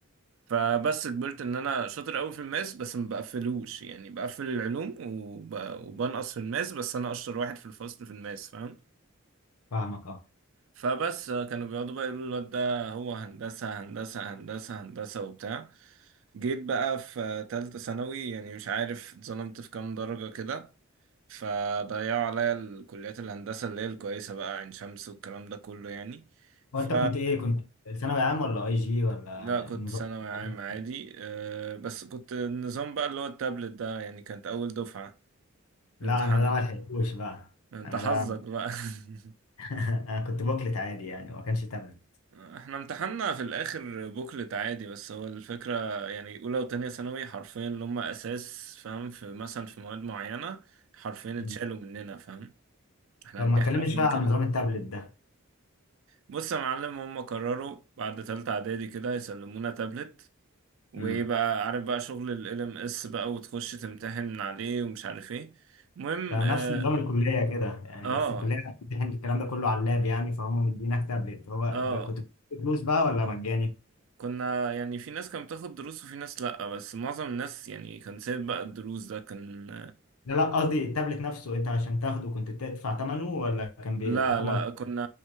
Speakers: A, on the right (about 65°); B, on the left (about 80°).
A: فبس كبرت ان انا شاطر قوي في الماس بس ما بقفلوش يعني بقفل العلوم وب... وبنقص في الماس بس انا اشطر واحد في الفصل في الماس فاهم
B: فاهمك اه
A: فبس كانوا بيقعدوا بقى يقولوا الواد ده هو هندسه هندسه هندسه هندسه وبتاع جيت بقى في تالتة ثانوي يعني مش عارف اتظلمت في كام درجة كده فضيعوا عليا الكليات الهندسة اللي هي الكويسة بقى عين شمس والكلام ده كله يعني
B: وانت
A: ف
B: كنت ايه كنت ثانوي عام ولا اي جي ولا
A: لا كنت
B: النظام
A: ثانوي
B: بتاعك
A: عام عادي
B: إيه؟
A: أه بس كنت النظام بقى اللي هو التابلت ده يعني كانت أول دفعة
B: لا
A: امتحان
B: انا ده ما لحقتوش بقى
A: انت
B: انا
A: حظك
B: ده
A: بقى <laughs>
B: <laughs> انا كنت بوكلت عادي يعني وما كانش تابلت
A: احنا امتحاننا في الآخر بوكلت عادي بس هو الفكرة يعني أولى وتانية ثانوي حرفيا اللي هم أساس فاهم في مثلا في مواد معينة حرفيا
B: مم.
A: اتشالوا مننا فاهم احنا
B: طب
A: نجحنا
B: ما تكلمني
A: فيهم
B: شوية عن
A: كده
B: نظام التابلت ده
A: بص يا معلم هم قرروا بعد تالتة اعدادي كده يسلمونا تابلت وايه
B: امم
A: بقى عارف بقى شغل ال LMS بقى وتخش تمتحن من عليه ومش عارف ايه المهم
B: ده
A: اه
B: نفس نظام الكلية كده يعني
A: اه
B: بس الكلية بتمتحن الكلام ده كله على اللاب يعني فهم مدينك تابلت هو
A: آه،
B: ب- كنت بتدفع فلوس بقى ولا مجاني؟
A: كنا يعني في ناس كانت بتاخد دروس وفي ناس لأ بس معظم الناس يعني كان سايب بقى الدروس ده كان
B: لا لا قصدي التابلت نفسه انت عشان تاخده كنت بتدفع ثمنه ولا كان بي-
A: لا
B: الحكومة
A: لا
B: بت-
A: كنا